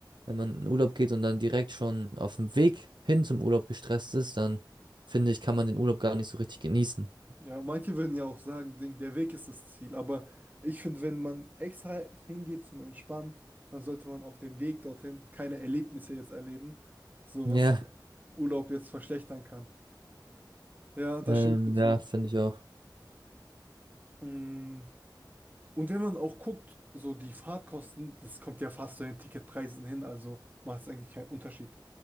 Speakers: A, on the right (about 70°); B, on the right (about 20°).
A: wenn man in den Urlaub geht und dann direkt schon auf dem Weg hin zum Urlaub gestresst ist, dann finde ich, kann man den Urlaub gar nicht so richtig genießen.
B: Ja, manche würden ja auch sagen, Ding, der Weg ist das Ziel. Aber ich finde, wenn man extra hingeht zum Entspannen, dann sollte man auf dem Weg dorthin keine Erlebnisse jetzt erleben, so
A: Ja,
B: was Urlaub jetzt verschlechtern kann. Ja, da
A: ähm,
B: stimme ich dir zu.
A: ja, finde ich auch.
B: Mm, Und wenn man auch guckt, so die Fahrtkosten, das kommt ja fast zu den Ticketpreisen hin, also macht es eigentlich keinen Unterschied.